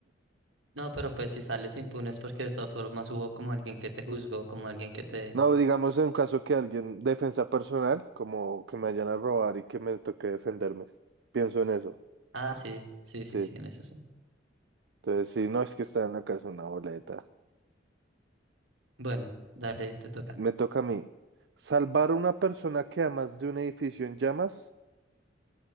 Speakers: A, on the right; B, on the right.
A: No, pero pues si sales impune es porque de todas formas hubo como alguien que te juzgó, como alguien que te...
B: No, digamos en un caso que alguien, defensa personal, como que me vayan a robar y que me toque defenderme. Pienso en eso.
A: Ah, sí, sí,
B: Sí.
A: sí, sí, en eso sí.
B: Entonces, sí, no es que está en la cárcel una boleta.
A: Bueno, dale, te toca.
B: Me toca a mí. Salvar a una persona que amas de un edificio en llamas